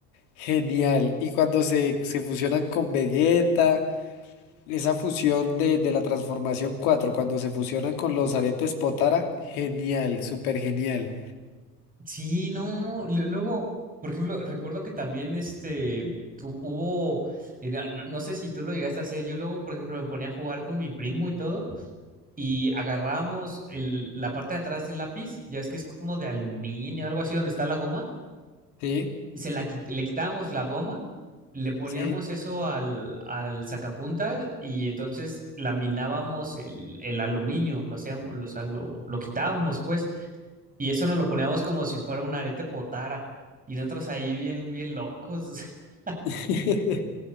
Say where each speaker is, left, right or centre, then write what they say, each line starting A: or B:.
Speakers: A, on the left; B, on the right.
A: Genial. Y cuando se, se fusionan con Vegeta, esa fusión de, de la transformación 4 cuando se fusionan con los aretes Potara, genial, súper genial.
B: Sí, no, no. lu- Luego, por ejemplo, recuerdo que también este hu- hubo, eh, no, no- no sé si tú lo llegaste a hacer. Yo luego, por ejemplo, me ponía a jugar con mi primo y todo, y agarrábamos el- la parte de atrás del lápiz, ya es que es como de aluminio, algo así donde está la goma,
A: Sí,
B: y se la quit- le quitábamos la goma, le poníamos
A: sí.
B: eso al, al sacapunta, y entonces laminábamos el, el aluminio, lo hacíamos, lo, o sea, lo lo quitábamos, pues. Y eso nos lo poníamos como si fuera un arete potara. Y nosotros ahí bien, bien locos. <laughs>
A: <laughs>